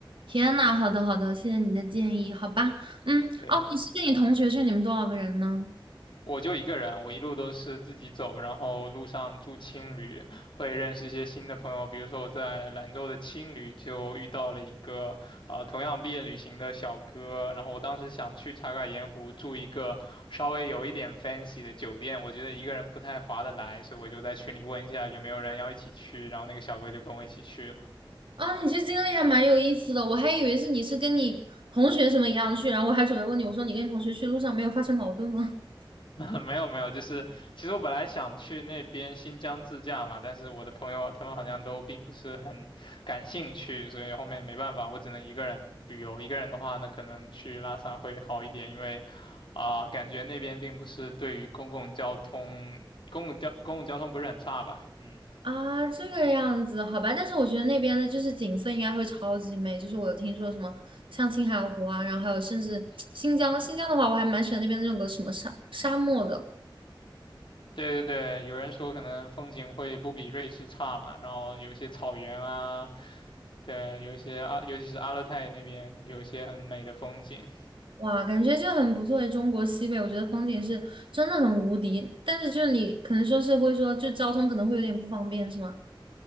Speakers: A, on the right; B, on the left.
A: 天呐，好的好的，谢谢你的建议，好吧，
B: <laughs>
A: 嗯，
B: 对。
A: 哦，你是跟你同学去，你们多少个人呢？
B: 我就一个人，我一路都是自己走，然后路上住青旅，会认识一些新的朋友。比如说我在兰州的青旅就遇到了一个啊、呃同样毕业旅行的小哥，然后我当时想去茶卡盐湖住一个稍微有一点 fancy 的酒店，我觉得一个人不太划得来，所以我就在群里问一下有没有人要一起去，然后那个小哥就跟我一起去了。
A: 啊，你这经历还蛮有意思的，我还以为是你是跟你同学什么一样去，然后我还准备问你，我说你跟你同学去路上没有发生矛盾吗？<laughs>
B: <laughs> 没有没有，就是其实我本来想去那边新疆自驾嘛，但是我的朋友啊他们好像都并不是很感兴趣，所以后面没办法，我只能一个人旅游。一个人的话呢，可能去拉萨会好一点，因为啊、感觉那边并不是对于公共交通，公共交公共交通不是很差吧？嗯，
A: 啊，这个样子，好吧，但是我觉得那边的就是景色应该会超级美，就是我有听说什么像青海湖啊，然后还有甚至新疆，新疆的话我还蛮喜欢那边的那种个什么沙沙漠的。
B: 对对对，有人说可能风景会不比瑞士差嘛，然后有一些草原啊，对，有一些阿，尤其是阿勒泰那边有一些很美的风景。
A: 哇，感觉就很不错诶，中国西北，我觉得风景是真的很无敌，但是就是你可能说是会说，就交通可能会有点不方便，是吗？